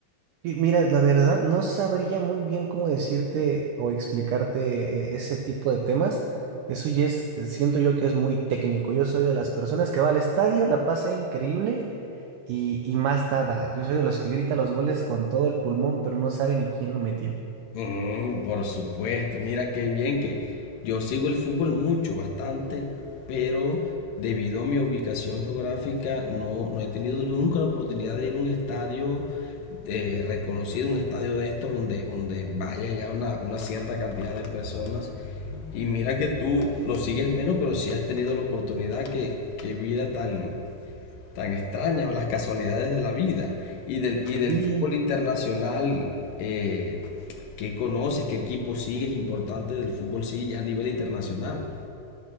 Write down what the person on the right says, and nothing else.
Y mira, la verdad, no sabría muy bien cómo decirte o explicarte eh, ese tipo de temas. Eso ya es, siento yo que es muy técnico. Yo soy de las personas que va al estadio, la pasa increíble y, y más nada. Yo soy de los que grita los goles con todo el pulmón, pero no sabe ni quién lo metió.
Sí,